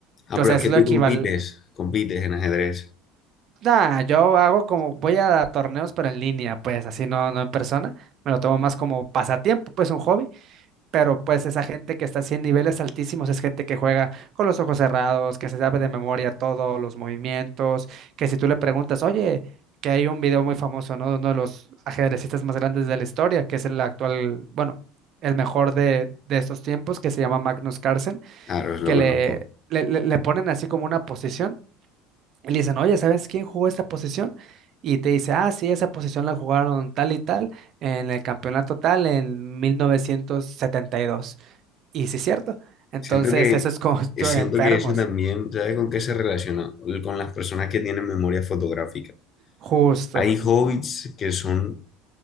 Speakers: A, on the left; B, on the right.
A: Ah,
B: o
A: pero
B: sea,
A: es
B: es
A: que
B: lo
A: tú
B: equivalente.
A: compites, compites en ajedrez.
B: Nah, yo hago como, voy a torneos, pero en línea, pues así no, no en persona. Me lo tomo más como pasatiempo, pues un hobby. Pero pues esa gente que está así en niveles altísimos es gente que juega con los ojos cerrados, que se sabe de memoria todos los movimientos, que si tú le preguntas, oye, que hay un video muy famoso, ¿no? De uno de los ajedrecistas más grandes de la historia, que es el actual, bueno, el mejor de, de estos tiempos, que se llama Magnus Carlsen
A: Claro, lo
B: que
A: conozco.
B: le, le, le- le ponen así como una posición y le dicen, oye, ¿sabes quién jugó esta posición? Y te dice, ah, sí, esa posición la jugaron tal y tal en el campeonato tal en mil novecientos setenta Y dos y sí, es cierto. Entonces,
A: Siento que,
B: eso es como
A: eh,
B: <laughs>
A: siento
B: enfermos.
A: que eso también, ¿sabes con qué se relaciona? Con las personas que tienen memoria fotográfica.
B: Justo.
A: Hay hobbits que son